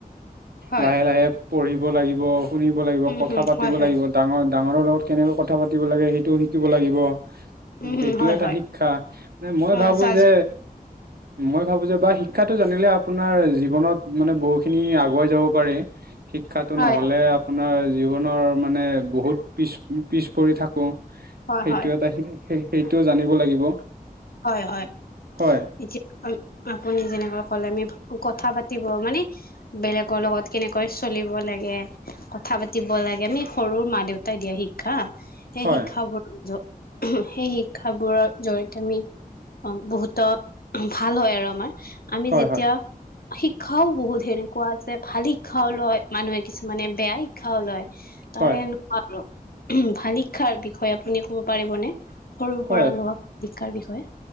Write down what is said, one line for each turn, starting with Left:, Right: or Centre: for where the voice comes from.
Left: হয়
Right: লাহে, লাহে পঢ়িব লাগিব, শুনিব লাগিব
Left: উম,
Right: কথা
Left: হুম,
Right: পাতিব
Left: হয়, হয়।
Right: লাগিব, ডাঙৰ ডাঙৰৰ লগত কেনেকৈ কথা পাতিব লাগে, সেইটোও শিকিব লাগিব।
Left: উম, হুম,
Right: সেইটোও
Left: হয়,
Right: এটা
Left: হয়।
Right: শিক্ষা মানে মই
Left: অ',
Right: ভাবো
Left: জা-জ
Right: যে মই ভাবো যে বা শিক্ষাটো জানিলে আপোনাৰ জীৱনত মানে বহুখিনি আগ আগোৱাই যাব পাৰি শিক্ষাটো
Left: হয়,
Right: নহলে আপোনাৰ জীৱনৰ মানে বহুত পিছ, পিছ পৰি থাকো
Left: হয়,
Right: সেইটো
Left: হয়,
Right: এটা সেই সেইটো জানিব লাগিব।
Left: হয়, হয়।
Right: হয়
Left: এতিয়া আপুনি যেনেকৈ কলে আমি কথা পাতিব মানে, বেলেগৰ লগত কেনেকৈ চলিব লাগে, কথা পাতিব লাগে, আমি সৰু মা দেউতাই দিয়া শিক্ষা সেই
Right: হয়
Left: শিক্ষাবোৰ, সেই শিক্ষাবোৰৰ জৰিয়তে আমি অ', বহুত ভাল হয় আৰু আমাৰ, আমি
Right: হয়
Left: যেতিয়া
Right: হয়
Left: শিক্ষাওঁ বহুত সেনেকুৱা আছে, ভাল শিক্ষাওঁ লয় মানুহে, কিছুমানে বেয়া শিক্ষাওঁ লয়। তাৰে
Right: হয়
Left: এনেকুৱা আৰু, ভাল শিক্ষাৰ বিষয়ে আপুনি ক'ব পাৰিবনে? সৰুৰ
Right: হয়
Left: পৰা লোৱা শিক্ষাৰ বিষয়ে।